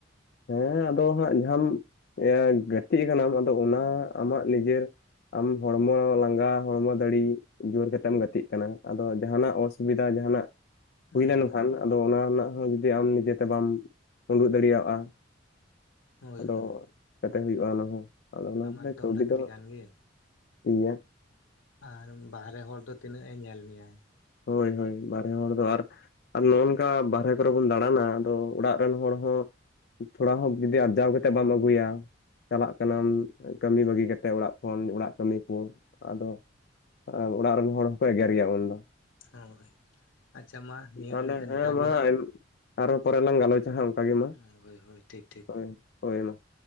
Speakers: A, on the left; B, on the left.
A: ᱦᱮᱸ ᱟᱫᱚ ᱦᱟᱸᱜ ᱡᱟᱦᱟᱢ ᱜᱟᱛᱮᱜ ᱠᱟᱱᱟᱢ ᱟᱫᱚ ᱚᱱᱟ ᱟᱢᱟᱜ ᱱᱤᱡᱮᱨ ᱟᱢ ᱦᱚᱲᱢᱚ ᱞᱟᱸᱜᱟ ᱦᱚᱲᱢᱚ ᱫᱟᱲᱤ ᱡᱳᱨ ᱠᱟᱛᱮᱢ ᱜᱟᱛᱮᱜ ᱠᱟᱱᱟ ᱾ ᱟᱫᱚ ᱡᱟᱦᱟᱱᱟᱜ ᱚᱥᱩᱵᱤᱫᱷᱟ ᱡᱟᱦᱟᱱᱟᱜ
B: ᱦᱮᱸ
A: ᱦᱩᱭ ᱞᱮᱱᱠᱷᱟᱱ, ᱟᱫᱚ ᱚᱱᱟ ᱨᱮᱱᱟᱜ ᱦᱚᱸ ᱡᱩᱫᱤ ᱟᱢ ᱱᱤᱡᱮᱛᱮ ᱵᱟᱢ <inaudible> ᱩᱰᱩᱜ ᱫᱟᱲᱮᱭᱟᱜ-ᱟ
B: ᱦᱳᱭ
A: ᱟᱫᱚ
B: ᱦᱳᱭ
A: ᱪᱤᱠᱟᱛᱮ ᱦᱩᱭᱩᱜ-ᱟ ᱚᱱᱟ ᱦᱚᱸ ᱾ ᱟᱫᱚ ᱚᱱᱟ <unintelligible>
B: ᱢᱟ ᱮᱠᱫᱚᱢ
A: ᱠᱟᱹᱣᱰᱤ
B: ᱞᱟᱹᱠᱛᱤ
A: ᱫᱚ
B: ᱠᱟᱱ ᱜᱮ
A: <inaudible> ᱜᱮᱭᱟ ᱾
B: ᱟᱨ ᱵᱟᱦᱨᱮ ᱦᱚᱲ ᱫᱚ ᱛᱤᱱᱟᱹᱜ ᱮ ᱧᱮᱞ ᱢᱮᱭᱟᱭ ᱾
A: ᱦᱳᱭ ᱦᱳᱭ ᱵᱟᱨᱦᱮ ᱦᱚᱲ ᱫᱚ ᱟᱨ ᱟᱨ ᱱᱚᱜ-ᱚ ᱱᱚᱝᱠᱟ ᱵᱟᱦᱨᱮ ᱠᱚᱨᱮ ᱵᱚᱱ ᱫᱟᱬᱟᱱᱟ ᱟᱫᱚ ᱚᱲᱟᱜ ᱨᱮᱱ ᱦᱚᱲ ᱦᱚᱸ ᱛᱷᱚᱲᱟ ᱦᱚᱸ ᱡᱩᱫᱤ ᱟᱨᱡᱟᱣ ᱠᱟᱛᱮᱫ ᱵᱟᱢ ᱟᱹᱜᱩᱭᱟ ᱪᱟᱞᱟᱜ ᱠᱟᱱᱟᱢ ᱠᱟᱹᱢᱤ ᱵᱟᱹᱜᱤ ᱠᱟᱛᱮᱫ ᱚᱲᱟᱜ ᱠᱷᱚᱱ ᱚᱲᱟᱜ ᱠᱟᱹᱢᱤ ᱠᱚ, ᱟᱫᱚ ᱟᱨ ᱚᱲᱟᱜ ᱨᱮᱱ ᱦᱚᱲ ᱦᱚᱸᱠᱚ ᱮᱜᱮᱨ ᱜᱮᱭᱟ ᱩᱱᱫᱚ ᱾
B: ᱦᱳᱭ ᱾ <inaudible> ᱟᱪᱪᱷᱟ ᱢᱟ ᱱᱤᱭᱟᱹ
A: ᱛᱟᱦᱚᱞᱮ
B: ᱜᱷᱟᱹᱲᱤᱡ ᱫᱚ ᱱᱤᱝᱠᱟ
A: ᱦᱮᱸ
B: ᱜᱮ
A: ᱢᱟ
B: ᱦᱟᱸᱜ ᱾
A: ᱟᱨᱚ ᱯᱚᱨᱮ ᱞᱟᱝ ᱜᱟᱞᱚᱪᱟ ᱦᱟᱸᱜ ᱚᱱᱠᱟ ᱜᱮ ᱢᱟ
B: ᱦᱟᱸᱜ
A: ᱾
B: ᱦᱳᱭ ᱦᱳᱭ ᱴᱷᱤᱠ
A: <inaudible>
B: ᱴᱷᱤᱠ
A: ᱦᱳᱭ ᱦᱳᱭ ᱢᱟ ᱾